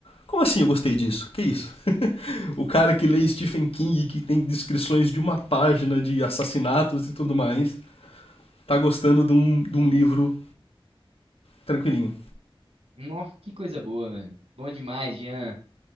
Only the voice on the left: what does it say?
como assim eu gostei disso? Que isso? O cara que lê Stephen King, que tem descrições de uma página de assassinatos e tudo mais, tá gostando de um, de um livro tranquilinho.